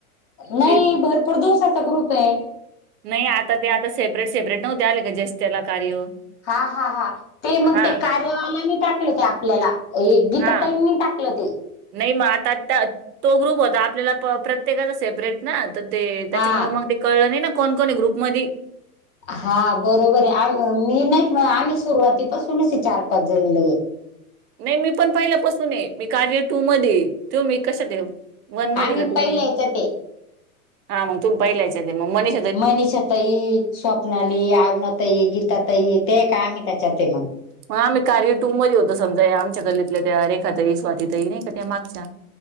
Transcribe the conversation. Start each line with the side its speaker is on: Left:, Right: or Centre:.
Left: नाही
Right: ते
Left: भरपूर दिवसाचा ग्रुप आहे.
Right: नाही आता ते आता सेपरेट सेपरेट नव्हते आले का जेचे त्याला कार्य
Left: हा, हा, हा ते मग
Right: हा
Left: ते कार्यवाल्याने टाकलं ते आपल्याला. गीता
Right: हा
Left: ताईंनी टाकलं ते.
Right: नाही मग आता तो ग्रुप होता आपल्याला प्रत्येकाचा सेपरेट ना तर ते त्याच्यामुळ
Left: हा
Right: मग ते कळलं नाही ना कोण कोण ग्रुप मध्ये.
Left: हा बरोबर आहे आम मी नाहीत म आम्ही सुरुवातीपासूनच चार पाच जणी लगेत.
Right: नाही मी पण पहिल्यापसून आहे मी कार्य टू मध्ये, तुम्ही कशात आहे? वन मध्ये
Left: आम्ही
Right: का टू
Left: पहिल्या
Right: मध्ये
Left: याच्यात आहे
Right: हा मग तुम्ही पहिल्या हेच्यात आहे मग मनी
Left: मनीषा ताई, स्वप्नाली, अरुणा ताई, गीता ताई ते का आम्ही त्याच्यात आहे मग.
Right: ह आमही कार्यटूमध्ये होतो समजा आमच्या कल्लीतल्या त्या रेखाचाही स्वातीतही नाही का त्या मागच्या